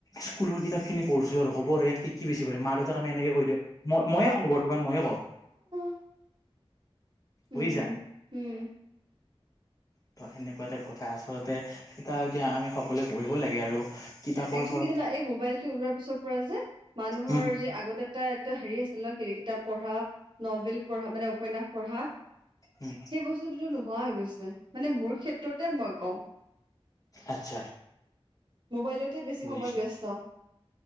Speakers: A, on the left (about 35°); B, on the right (about 50°).
A: স্কুলৰ কিতাপ খিনি পঢ়িছো আৰু হব আৰু ইয়াত কি বেছি পঢ়িম মা দেউাক আমি এনেকে কৈ দিওঁ। মই ময়ে কওঁ বৰ্তমান ময়ে কওঁ।
B: <inaudible> উম,
A: বুজিছা?
B: উম,
A: ত সেনেকুৱা টাইপ কথা আচলতে কিতাপ এতিয়া আমি সকলোৱে পঢ়িবই লাগে আৰু। কিতাপৰ
B: একচুৱেলি
A: ফলত
B: কি জানা এই মোবাইলটো ওলোৱাৰ পিছৰ পৰা যে মানুহৰ
A: উম
B: যে আগতে! এ এটা হেৰি আছিল ন কি কিতাপ পঢ়া নবেল পঢ়া মানে উপন্যাস পঢ়া। সেই
A: উম
B: বস্তুটোতো নোহোৱা হৈ গৈছে, মানে মোৰ ক্ষেত্ৰতে মই কওঁ।
A: আচ্ছা
B: মোবাইলতে বেছি
A: বুজিছো
B: সময় ব্যস্ত।